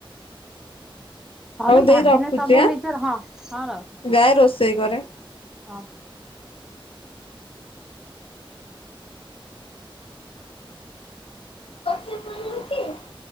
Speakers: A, in the centre; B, on the left.
A: ନହେଲେ
B: ହୋଉ ଦେଇ
A: ଭାବିନେ
B: ରଖୁଚି
A: ସବୁ
B: ଆଁ
A: ନିଜର ହଁ ହଁ ରଖ
B: ଜାଏ ରୋଷେଇ କରେ।
A: ହଁ।
B: <unintelligible>